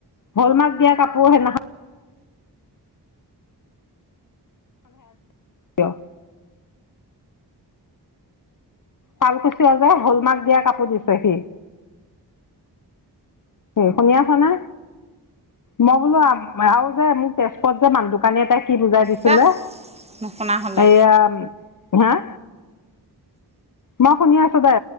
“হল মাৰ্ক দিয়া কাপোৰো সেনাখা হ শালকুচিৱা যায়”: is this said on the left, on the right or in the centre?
Left